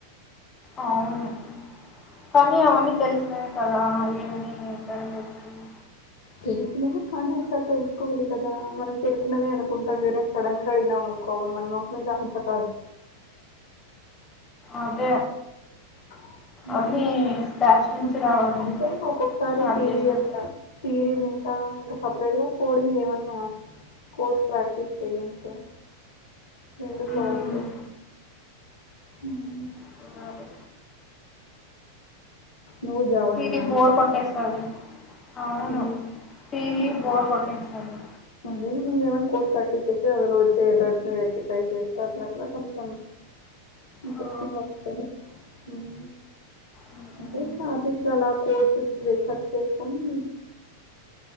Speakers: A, on the left; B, on the left.
A: అవును కానీ అవన్నీ తెలిసినవే కదా ఏ ఏంటంట తెలిసేది
B: తెలిసినవే కానీ ఒకసారి తెలుసుకోవాలి కదా మనం తెలిసినవే అనుకుంటాం గాని మరి సడన్ గా అయినా కొన్ని కొన్ని మన నోటి నుంచి ఆన్సర్ రాదు
A: అదే
B: అ ఉమ్
A: అన్నీ స్క్రాచ్ నుంచి రావాలి
B: అంటే
A: ఇంకా
B: ఒక్కొక్కసారి
A: స్టార్ట్
B: థియరీ
A: చేసినప్పుడు
B: అట్లా థియరీ వి ఆ ఇంకా సపరేట్ గా కోడింగ్ ఏమన్నా కోడ్స్ ప్రాక్టీస్ చెయ్ అంతే రెండు
A: మ్మ్
B: పాయింటే ఉమ్
A: చూడాలి
B: నువ్వు జావా
A: థియరీ
B: నేనా?
A: బోర్ కొట్టేస్తది అవును
B: హ్మ్.
A: థియరీ బోర్ కొట్టేస్తది
B: అదే మనం ఏమైనా కోడ్స్ ప్రాక్టీస్ చేస్తే అందులో వచ్చే ఎర్రర్స్ నీ రెక్టిఫై చేస్తారు అట్లా కొంచెం ఇంట్రెస్టింగ్
A: ఆ
B: వస్తది ఉమ్
A: మ్మ్
B: అదే చాట్ జీపిటి అలా కోడ్స్ రీసెర్చ్ చేసుకొని